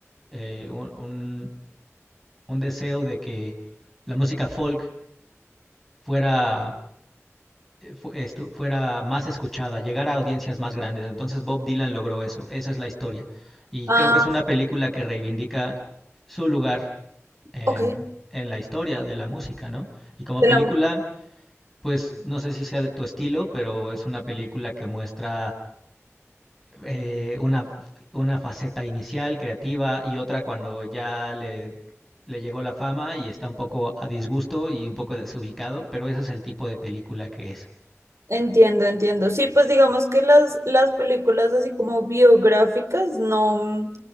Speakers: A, in the centre; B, on the right.
A: eh, un, un- un deseo de que la música folk fuera, eh, fu- estu- fuera más escuchada, llegara a audiencias más grandes. Entonces Bob Dylan logró eso, esa es la historia. Y
B: Ah,
A: creo que es una película que reivindica su lugar en,
B: ok.
A: en la historia de la música, ¿no? Y como
B: Te
A: película,
B: la
A: pues no sé si sea de tu estilo, pero es una película que muestra eh, una, una faceta inicial, creativa, y otra cuando ya le, le llegó la fama y está un poco a disgusto y un poco desubicado, pero ese es el tipo de película que es.
B: Entiendo, entiendo. Sí, pues digamos que las, las películas así como biográficas, no, mm,